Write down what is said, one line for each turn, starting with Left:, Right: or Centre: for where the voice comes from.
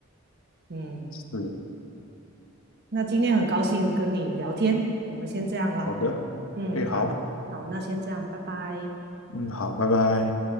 Right: 嗯，
Left: 是，
Right: 那今天很高兴跟你聊天，我们先这样啦。
Left: 好的，
Right: 嗯，
Left: 哎，好，
Right: 好，好，那先这样，拜拜。
Left: 嗯，好，拜拜。